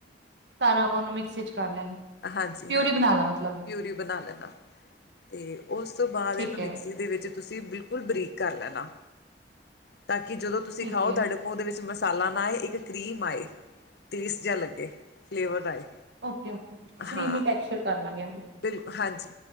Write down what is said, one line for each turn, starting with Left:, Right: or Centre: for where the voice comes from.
Right: ਸਾਰਾ ਉਹਨੂੰ ਮਿਕਸੀ ਚ ਕਰ ਲੈਣਾ।
Left: ਹਾਂਜੀ
Right: ਪਿਊਰੀ
Left: ਹਾਂਜੀ,
Right: ਬਣਾ ਲਾ ਮਤਲਬ
Left: ਪਿਊਰੀ ਬਣਾ ਲੈਣਾ। ਤੇ, ਉਸ ਤੋਂ ਬਾਅਦ
Right: ਠੀਕ
Left: ਇਹਨੂੰ
Right: ਹੈ,
Left: ਮਿਕਸੀ ਦੇ ਵਿੱਚ। ਤੁਸੀਂ ਬਿਲਕੁਲ ਬਰੀਕ ਕਰ ਲੈਣਾ। ਤਾਂ ਕਿ ਜਦੋਂ ਤੁਸੀਂ
Right: ਠੀਕ
Left: ਖਾਓ
Right: ਹੈ
Left: ਤੁਹਾਡੇ ਮੂੰਹ। ਉਹਦੇ ਵਿੱਚ ਮਸਾਲਾ ਨਾ ਆਏ। ਇੱਕ ਕਰੀਮ ਆਏ, ਟੇਸਟ ਜਿਹਾ ਲੱਗੇ ਫਲੇਵਰ ਆਏ।
Right: ਓਕੇ, ਓਕੇ ਕ੍ਰੀਮੀ
Left: ਹਾਂ
Right: ਟੈਕਸ਼ਰ ਕਾਰ ਲਾਂਗੇ।
Left: ਬਿਲ ਹਾਂਜੀ।